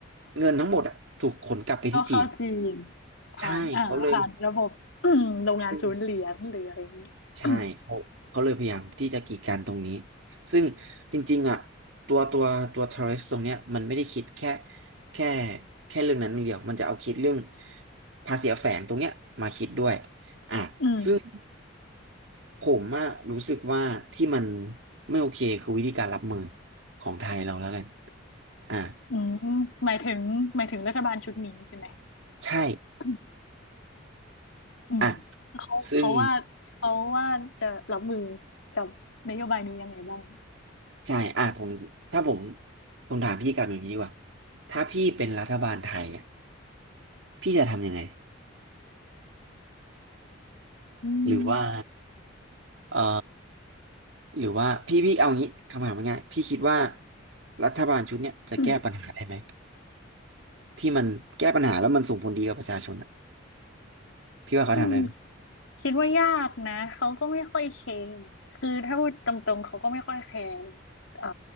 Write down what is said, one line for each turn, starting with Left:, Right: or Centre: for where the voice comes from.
Right: เงินทั้งหมดอ่ะถูกขนกลับไปที่จีน
Left: ก็เข้าจีนผ่านอ่าผ่านระบบ
Right: ใช่ เขาเลย
Left: <coughs> <clears throat> โรงงานศูนย์เหรียญหรืออะไรอย่างนี้
Right: อืม
Left: <coughs>
Right: ใช่เขาเขาเลยพยายามที่จะกีดกันตรงนี้ ซึ่งจริงๆอ่ะตัวตัวตัว tariff ตรงเนี้ยมันไม่ได้คิดแค่แค่แค่เรื่องนั้นเรื่องเดียวมันจะเอาคิดเรื่องภาษีแฝงตรงเนี้ยมาคิดด้วยอ่ะซึ่ง
Left: <clears throat> อืม
Right: ผมอะรู้สึกว่าที่มันไม่โอเคคือวิธีการรับมือของไทยเราแล้วกันอ่า
Left: อืมหมายถึงหมายถึงรัฐบาลชุดนี้ใช่ไหม
Right: ใช่
Left: <coughs> อืม
Right: อ่ะ
Left: เขาเขาว่าเขาว่าจะรับมือ
Right: ซึ่ง
Left: กับนโยบายนี้ยังไงบ้าง
Right: ใช่อ่ะผมถ้าผมผมถามพี่กลับอย่างนี้ดีกว่าถ้าพี่เป็นรัฐบาลไทยอะพี่จะทำยังไง
Left: อืม
Right: หรือว่าเอ่อหรือว่าพี่พี่เอางี้คำถามง่ายๆพี่คิดว่ารัฐบาลชุดเนี้ยจะแก้ปัญหาได้ไหม
Left: อ
Right: ที่มันแก้ปัญหาแล้วมันส่งผลดีกับประชาชนอะพี่ว่าเขาทำได้ไหม
Left: ืม คิดว่ายากนะเขาก็ไม่ค่อยแคร์คือถ้าพูดตรงๆเขาก็ไม่ค่อยแคร์เอ่อ